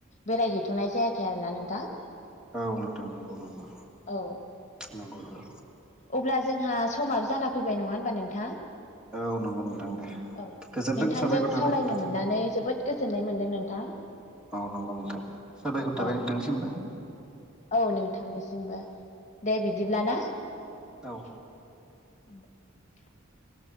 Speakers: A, on the left; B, in the centre.
A: बेरायहैथ'नाय जायाखै आरोना नोंथां।
B: औ नोंथां नंगौ नंगौ
A: औ
B: नंगौ नंगौ
A: अब्ला जोंहा समाबो जाना फैबाय नङा होनबा नोंथां।
B: औ नंगौ नोंथां दे।
A: औ
B: गोजोन्थों
A: नोंथांजों
B: साबायखर थाबाय
A: सावरायनो
B: नोंथांसिम
A: मोननानै जोबोद गोजोननाय मोनदों नोंथां।
B: औ नंगौ नोंथां साबायखर थाबाय
A: औ
B: नोंथांनिसिमबो।
A: औ नोंथांनिसिमबो दे बिदिब्ला ना।
B: औ
A: <inaudible>